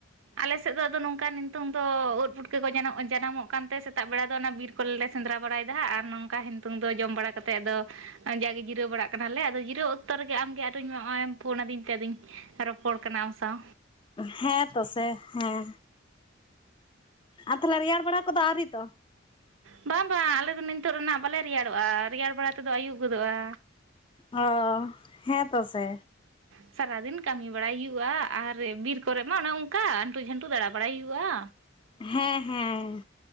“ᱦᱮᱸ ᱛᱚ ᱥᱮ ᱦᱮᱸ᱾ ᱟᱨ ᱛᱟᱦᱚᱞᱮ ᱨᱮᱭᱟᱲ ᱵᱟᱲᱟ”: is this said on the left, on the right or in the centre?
Left